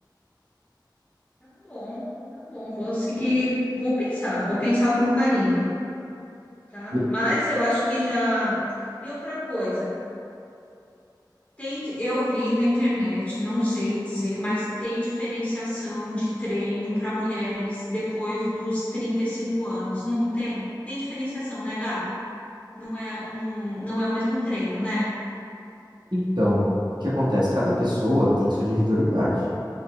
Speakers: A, on the left; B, on the right.
A: Tá bom, tá bom. Vou seguir, vou pensar, vou pensar com carinho, tá?
B: E-
A: Mas eu acho que já. E outra coisa. Tem, eu vi na internet, não sei dizer, mas tem diferenciação de treino para mulheres depois dos 35 anos, não tem? Tem diferenciação, né, Gabi? Não é, não, não é o mesmo treino, né?
B: então, o que acontece? Cada pessoa tem sua individualidade.